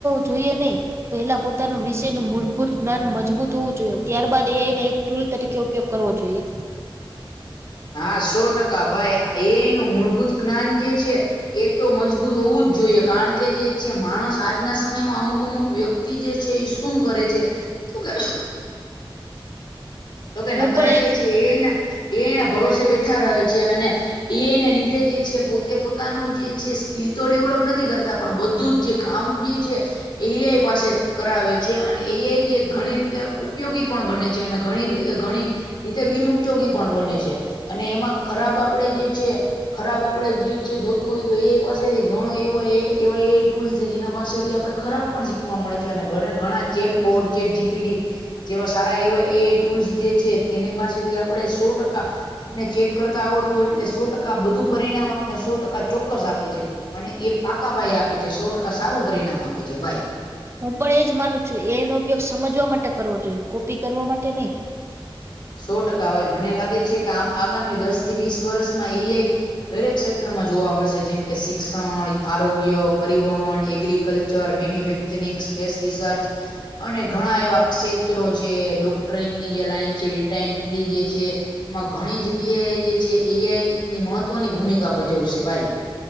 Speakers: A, on the right; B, on the left.
A: જોઈએ નહીં. પેલા પોતાનો વિષય ન મૂળભૂત જ્ઞાન મજબૂત હોવું જોઈએ ત્યારબાદ એને એક ટૂલ તરીકે ઉપયોગ કરવો જોઈએ.
B: હા સો ટકા ભાઈ એનું મૂળભૂત જ્ઞાન જે છે. એ તો મજબૂત હોવું જ જોઈએ કારણ કે જે છે માણસ આજના સમયમાં અમુક અમુક વ્યક્તિ જે છે એ શું કરે છે તો કે તો કે નકરા
A: હું પણ
B: જે
A: એજ
B: છે એ અના એ અના ભરોસે બેઠા રહે છે અને એને લીધે જે છે પોતે પોતાનું જે છે સ્કીલ તો ડેવલપ નથી કરતા પણ બધું જ કામ જે છે. એઆઈ પાસે કરાવે છે અને એઆઈ જે ઘણી રીતે ઉપયોગી પણ બને છે અને ઘણી રી ઘણી રીતે બિન ઉપયોગી પણ બને છે અને એમાં ખરાબ આપડે જે છે. ખરાબ આપડે જે છે જોતું હોય તો એ પાસેથી ઘણો એવો એ એવા એ ટૂલ્સ છે જેના પાસેથી આપણે ખરાબ પણ શીખવા મળે છે અને ઘરે ઘણા ચેટ બોર્ડ ચેટ જીપીટી જેવા સારા એવા એ ટૂલ્સ જે છે તેની પાસેથી આપણે સો ટકા આપણે ચેટ કરતા આવડતું એટલે સો ટકા બધું પરિણામ આપને સો ટકા ચોક્કસ આપે છે. અને એ પાકા ભાઈ આપે છે, સો ટકા સારું પરિણામ આપે છે ભાઈ.
A: હું પણ એજ માનું છું એનો ઉપયોગ સમજવા માટે કરવો જોઈએ કોપી કરવા માટે નહી.
B: સો ટકા વાય મને લાગે છે કે આમ આગામી દસ થી વીસ વર્ષમાં એઆઈ દરેક ક્ષેત્રમાં જોવા મળશે જેમ કે શિક્ષણ, આરોગ્ય, પરિવહન, agriculture, manufacturing, space research અને ઘણા એવા ક્ષેત્રો છે, ડોક્ટરંગની જે લાઈન છે. ટેન્ટ્રી જે છે. એમાં ઘણી જગ્યા એ જે છે એઆઈની મહત્વની ભૂમિકા ભજવશે ભાઈ.